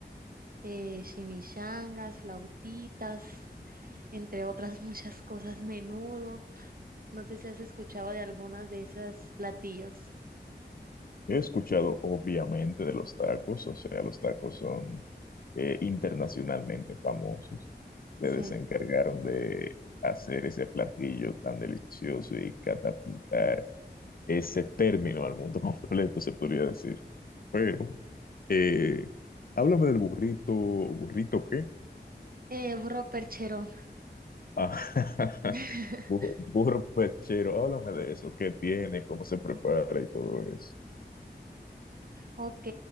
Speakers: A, on the right; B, on the left.
A: eh, chimichangas, flautitas, entre otras <laughs> muchas cosas, menudo. No sé si has escuchado de algunas de esos platillos.
B: He escuchado, obviamente, de los tacos, o sea, los tacos son eh, internacionalmente famosos. Ustedes
A: Sí.
B: se encargaron de hacer ese platillo tan delicioso y catapultar ese término al mundo <laughs> completo, se podría decir. Pero, eh, háblame del burrito, ¿burrito qué?
A: Eh, burro percherón.
B: Ah, <laughs>
A: <laughs>
B: bu- burro perchero, háblame de eso, qué tiene, cómo se prepara y todo eso.
A: Ok,